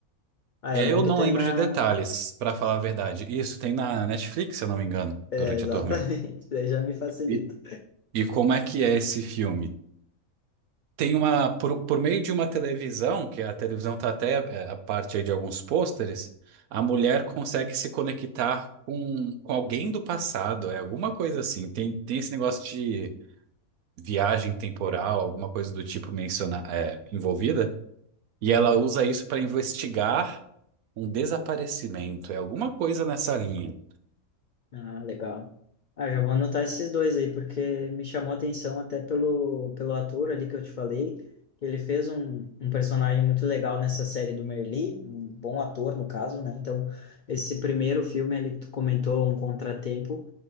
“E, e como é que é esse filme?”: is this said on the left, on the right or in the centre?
Right